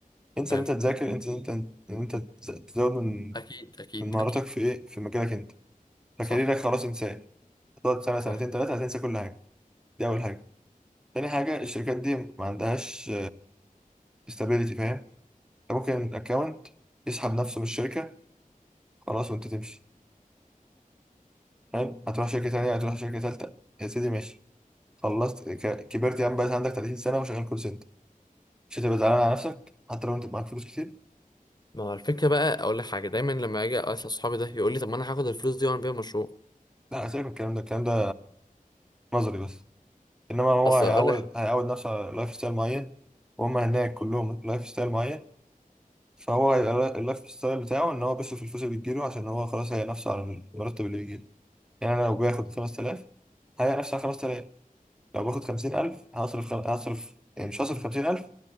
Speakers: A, in the centre; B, on the left (about 30°).
A: انسى
B: حلو
A: ان انت تذاكر انسى ان انت ان انت تز- تزود من
B: اكيد اكيد
A: من مهاراتك
B: اكيد
A: في ايه في مجالك انت فكاريرك
B: صح
A: خلاص انساه هتقعد سنه
B: صح
A: سنتين ثلاثه هتنسى كل حاجه دي اول حاجه تاني حاجة الشركات دي ما عندهاش استابيليتي فاهم انت ممكن اكونت يسحب نفسه من الشركه خلاص وانت تمشي حلو هتروح شركه تانيه هتروح شركه تالته يا سيدي ماشي خلصت ك- كبرت يا عم بقيت عندك 30 سنه وشغال كول سنتر مش هتبقى زعلان على نفسك حتى لو انت معاك فلوس كتير
B: ما هو الفكرة بقى أقول لك حاجة دايما لما أجي أسأل صحابي ده يقول لي طب ما أنا هاخد الفلوس دي وأعمل بيها مشروع
A: لا سيبك من الكلام ده الكلام ده نظري بس انما هو
B: أصل
A: هيعود
B: أقول لك
A: هيعود نفسه على لايف ستايل معين وهم هناك كلهم لايف ستايل معين فهو هيبقى اللايف ستايل بتاعه ان هو بيصرف الفلوس اللي بتجيله عشان هو خلاص هيأ نفسه على المرتب اللي بيجيله يعني انا لو باخد 5000 هيأ نفسه على 5000 لو باخد خمسين ألف هصرف خم... هصرف يعني مش هصرف خمسين ألف